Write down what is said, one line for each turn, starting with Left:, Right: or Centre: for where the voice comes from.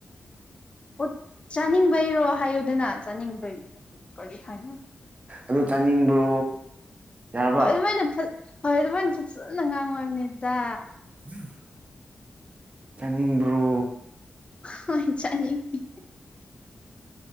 Left: ꯑꯣ ꯆꯥꯅꯤꯡꯕꯩꯔꯣ ꯍꯥꯏꯌꯨꯗꯅ ꯆꯥꯅꯤꯡꯕꯩ ꯀꯔꯤ ꯍꯥꯏꯅꯣ
Right: ꯑꯗꯨ ꯆꯥꯅꯤꯡꯕ꯭ꯔꯣ ꯌꯥꯔꯕ
Left: ꯍꯣꯏ ꯑꯗꯨꯃꯥꯏꯅ ꯍꯣꯏ ꯑꯗꯨꯃꯥꯏꯅ ꯐꯖꯅ ꯉꯥꯡꯉꯣ ꯍꯥꯢꯕꯅꯤꯗ
Right: <inaudible> ꯆꯥꯅꯤꯡꯕ꯭ꯔꯣ
Left: ꯍꯣꯏ ꯆꯅꯤꯡꯉꯦ